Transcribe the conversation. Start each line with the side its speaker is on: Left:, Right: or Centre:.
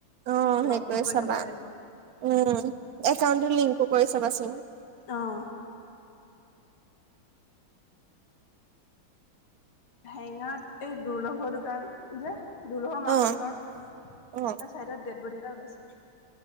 Right: অ
Left: লগ
Right: সেইটোৱয়ে
Left: ইন কৰি
Right: চাবা
Left: থব লাগিব
Right: উম একাউণ্টো লিংকো কৰি চাবাচোন
Left: আহ হেঙা এই দুৰ্লভৰ দোকান যে দুৰ্লভৰ মাকৰ
Right: অ
Left: দোকান তাৰ
Right: অ
Left: চাইডত দেদবদী এটা ওলাই আছে